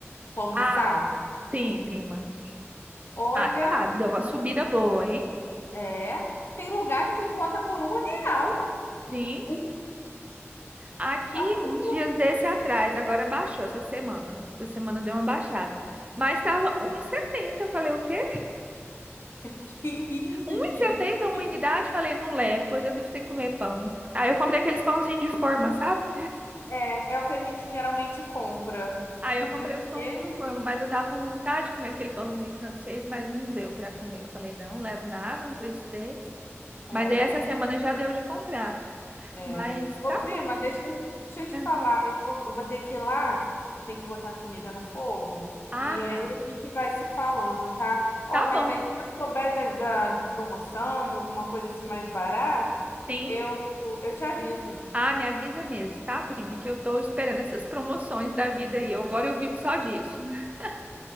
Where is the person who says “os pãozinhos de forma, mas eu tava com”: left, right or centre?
Right